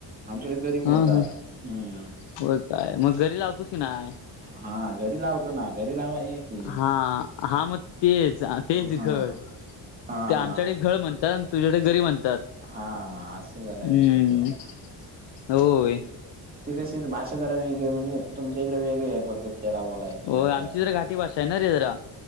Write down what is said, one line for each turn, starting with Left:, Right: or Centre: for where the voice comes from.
Right: आमच्याकडे घरी ब बोलतात
Left: हा हा
Right: हम्म.
Left: होय काय मग घरी लावतोस की नाय
Right: हा गरी लावतो ना घरी लावा ये ते
Left: हा हा मग तेच तेच
Right: हा
Left: गळ.
Right: हा
Left: ते आमच्याकडे
Right: हा.
Left: गळ म्हणतात आणि तुझ्याकडे गरी म्हणतात.
Right: हा अस झालाय
Left: हम्म
Right: विषय त्यो.
Left: होय.
Right: ते कशी भाषा जरा वेगळी म्हणजे तुमच्या इकडे वेगली आहे पद्धत. त्याला बोलायची
Left: हो
Right: असं
Left: आमची
Right: आहे.
Left: ज घाटी भाषा आहे ना रे जरा.